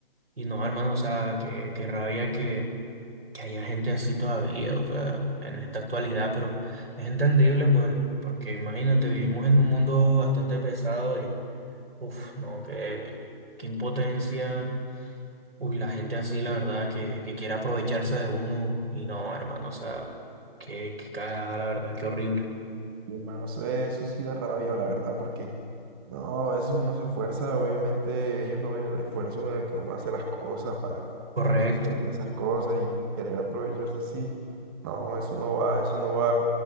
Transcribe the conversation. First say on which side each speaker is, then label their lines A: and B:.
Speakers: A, on the right; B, on the right.
A: y no, hermano, o sea, que, que rabia que que haya gente así todavía, o sea, en esta actualidad, pero es entendible, pues, porque imagínate, vivimos en un mundo bastante pesado y, uff, no, qué, qué impotencia, uy, la gente así, la verdad, que, que quiere aprovecharse de uno y no, hermano, o sea, qué, qué cagada, la verdad, qué horrible.
B: y hermano, eso, eso sí da rabia, la verdad, porque No, a veces uno se esfuerza, obviamente ellos no ven el esfuerzo con el que uno hace las cosas para,
A: Correcto.
B: para conseguir esas cosas y querer aprovecharse así. No, eso no va, eso no va.